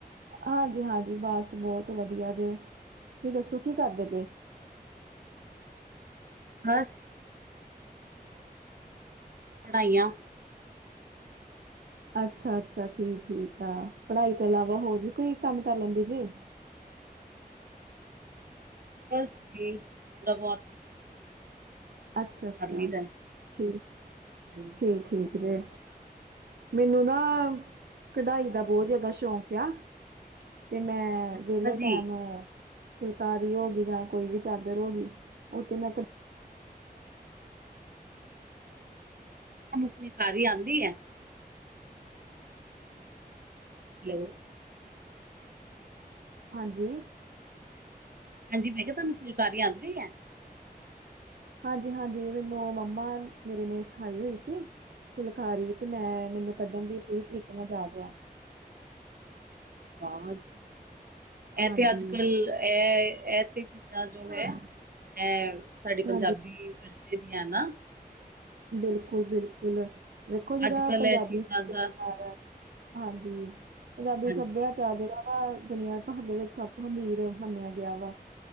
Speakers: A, on the right; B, on the right.
A: ਹਾਂਜੀ-ਹਾਂਜੀ, ਬਸ ਬਹੁਤ ਵਧੀਆ ਜੇ, ਤੁਸੀਂ ਦੱਸੋ ਕੀ ਕਰਦੇ ਪਏ?
B: ਬਸ। ਪੜ੍ਹਾਈਆਂ
A: ਅੱਛਾ-ਅੱਛਾ, ਠੀਕ -ਠੀਕ ਆ, ਪੜ੍ਹਾਈ ਤੋਂ ਇਲਾਵਾ ਹੋਰ ਵੀ, ਕੋਈ ਕੰਮ ਕਰ ਲੈਂਦੀ ਜੇ?
B: ਬਸ ਜੀ, ਥੋੜਾ ਬਹੁਤ
A: ਅੱਛਾ-ਅੱਛਾ,
B: ਕਰ ਲਈਦਾ,
A: ਠੀਕ,
B: ਹਾਂਜੀ।
A: ਠੀਕ-ਠੀਕ ਜੇ ਮੈਨੂੰ ਨਾ, ਕਢਾਈ ਦਾ ਬਹੁਤ ਜ਼ਿਆਦਾ ਸ਼ੌਕ ਆ ਤੇ ਮੈਂ,
B: ਅੱਛਾ
A: ਵਿਹਲੇ ਟਾਈਮ
B: ਜੀ,
A: ਫੁਲਕਾਰੀ ਹੋ ਗਈ, ਜਾਂ ਕੋਈ ਵੀ ਚਾਦਰ ਹੋ ਗਈ, ਉਹ ਤੇ ਮੈਂ
B: ਤੁਹਾਨੂੰ, ਫੁਲਕਾਰੀ ਆਦੀ ਐ ਹੈਲੋ।
A: ਹਾਂਜੀ।
B: ਹਾਂਜੀ, ਮੈਂ ਕਿਹਾ, ਤੁਹਾਨੂੰ ਫੁਲਕਾਰੀ ਆਉਂਦੀ ਐ?
A: ਹਾਂਜੀ-ਹਾਂਜੀ, ਮੈਨੂੰ ਮੰਮਾ ਮੇਰੀ ਨੇ ਸਿਖਾਈ ਹੋਈ ਸੀ, ਫੁਲਕਾਰੀ ਤੇ ਮੈਂ ਮੈਨੂੰ ਕੱਢਣ ਦੀ, ਪੂਰੀ ਤਰੀਕੇ ਨਾਲ ਜਾਚ ਆ
B: ਬਾਵਾਂ ਚ,
A: ਹਾਂਜੀ,
B: ਏ ਤੇ ਅੱਜ- ਕੱਲ ਐ, ਐਹ ਤੇ ਚੀਜ਼ਾਂ ਜੋ ਹੈ, ਇਹ ਸਾਡੇ ਪੰਜਾਬੀ
A: ਹਾਂਜੀ
B: ਏ ਦੀਆਂ ਨਾ
A: ਬਿਲਕੁਲ-ਬਿਲਕੁਲ ਵੇਖੋ, ਜਿਹੜਾ
B: ਅੱਜ-ਕੱਲ
A: ਪੰਜਾਬੀ
B: ਇਹ ਚੀਜ਼ਾਂ
A: ਤਿਉਹਾਰ
B: ਦਾ,
A: ਹੈ। ਹਾਂਜੀ, ਪੰਜਾਬੀ
B: ਹਾਂਜੀ,
A: ਸੱਭਿਆ ਜੱਜ ਜਿਹੜਾ ਵਾ, ਦੁਨੀਆਂ ਦੇ ਵਿੱਚ, ਸਭ ਤੋਂ ਅਮੀਰ ਮੰਨਿਆ ਗਿਆ ਵਾ